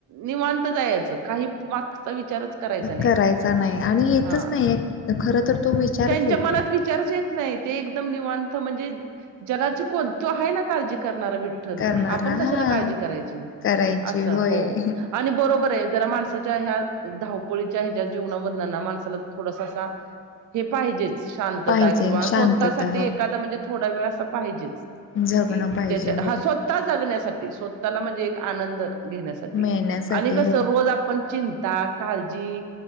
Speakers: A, on the right; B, on the left.
A: निवांत जायचं काही मागचा विचारच करायचा नाही
B: करायचा नाही आणि येतच
A: हा.
B: नाही खर तर तो विचारच
A: त्यांच्या
B: येत
A: मनात
B: नाही
A: विचारच येत नाही ते एकदम निवांत म्हणजे जगाची कोण तो आहे ना काळजी करणारा विठ
B: करणारा
A: आपण कशाला
B: हा
A: काळजी करायची
B: करायची
A: असं
B: होय.
A: हो आणि बरोबर आहे जरा माणसाच्या ह्या धावपळीच्या ह्याच्या जीवनामधला ना माणसाला थोडासासा हे पाहिजेच शांतता
B: पाहिजे
A: किंवा
B: शांतता
A: स्वतःसाठी
B: हो
A: एखादा म्हणजे थोडा वेळ असं पाहिजेच
B: जगणं
A: कि
B: पाहिजे
A: ज्याच्या
B: होय.
A: हा स्वत स्वता जगण्यासाठी स्वतःला म्हणजे एक आनंद घेण्यासाठी
B: मिळण्यासाठी
A: आणि कस
B: होय
A: रोज आपण चिं काळजी